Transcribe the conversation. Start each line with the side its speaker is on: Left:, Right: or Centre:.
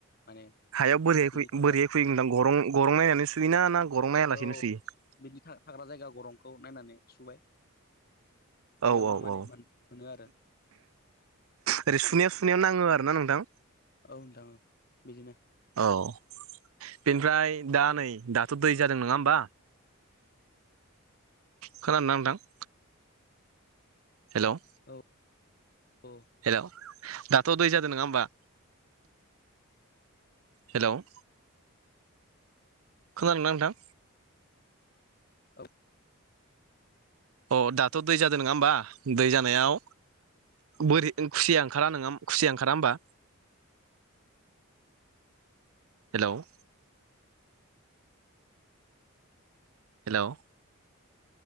Left: माने
Right: हायाव बोरैहाय
Left: बिनि
Right: फै
Left: थाखाय
Right: बोरैहाय फैदां गरं? गरं नायानो सुइ ना ना गरं नाया लासिनो
Left: औ
Right: सुइयो?
Left: बिनि थाग्रा जायगा गरंखौ नायनानै सुबाय
Right: औ
Left: बेयावनो
Right: औ
Left: माने
Right: औ
Left: मोनो आरो
Right: ओरै सुनायाव सुनायाव नाङो आरो ना नोंथां।
Left: औ नोंथां औ बिदिनो।
Right: अह। बेनिफ्राय दा नै दाथ' दै जादों नोङा होमबा? खोनादोंना नोंथां? हेल'?
Left: औ। औ
Right: हेल' दाथ' दै जादो नोङा होमबा? हेल'? खोनादोंना नोंथां?
Left: औ।
Right: अ दाथ' दै जादों नङा होमबा? दै जानायाव बोरै खुसिया ओंखारा नोङा खुसिया ओंखारा होमबा?
Left: <inaudible>
Right: हेल'? हेल'?